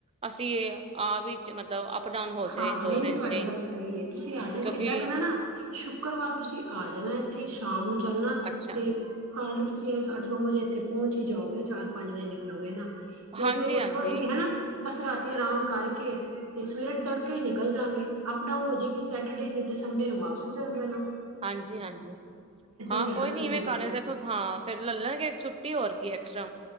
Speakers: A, on the right; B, on the right.
A: ਅਸੀਂ ਆਹ ਵੀ ਮਤਲਬ। ਡਾਊਨ ਹੋ ਜਾਏ
B: ਹਾਂ,
A: ਦੋ
B: ਨਹੀਂ
A: ਦਿਨ
B: -ਨਹੀਂ ਤੁਹਾਡੀ
A: ਚ ਹੀ
B: ਗੱਲ ਸਹੀ ਹੈ। ਤੁਸੀਂ ਆ ਜਾਣਾ
A: ਕਿਉਂਕਿ
B: ਏਦਾਂ ਕਰਨਾ ਨਾ ਸ਼ੁੱਕਰਵਾਰ ਤੁਸੀਂ ਆ ਜਾਣਾ, ਤੇ ਸ਼ਾਮ ਨੂੰ ਚੱਲਣਾ
A: ਅੱਛਾ
B: ਤੇ ਹਾਰਡਲੀ ਤੁਸੀ- ਜੇ ਅੱਠ ਨੌ ਵਜੇ ਇੱਥੇ ਪਹੁੰਚ ਹੀ ਜਾਓਗੇ ਚਾਰ ਪੰਜ ਵਜੇ ਨਿਕਲੋਗੇ ਨਾ ਤੇ
A: ਹਾਂਜੀ-ਹਾਂਜੀ,
B: ਫੇਰ ਉੱਥੋਂ ਅਸੀਂ ਹੈ ਨਾ। ਬਸ ਰਾਤੀ ਆਰਾਮ ਕਰਕੇ ਤੇ ਸਵੇਰੇ ਤੜਕੇ ਨਿਕਲ ਜਾਗੇ ਅਪ ਡਾਊਨ ਹੋ ਜਾਏ ਵੀ ਸੈਟਰਡੇ ਦੀ ਤੇ ਸੰਡੇ ਨੂੰ ਵਾਪਸੀ ਜਾਂਦਾ ਨਾ।
A: ਹਾਂਜੀ ਹਾਂਜੀ ਹਾਂ
B: ਜ਼ਿਆਦਾ
A: ਕੋਈ ਨਹੀਂ
B: ਵਧੀਆ
A: ਇਵੇਂ
B: ਰਹੇਗਾ
A: ਕਰਲਾ ਗੇ ਦੇਖੋ ਹਾਂ ਫਿਰ ਲੈ ਲੈਣਗੇ ਛੁੱਟੀ ਹੋਰ ਕੀ ਐਕਸਟਰਾ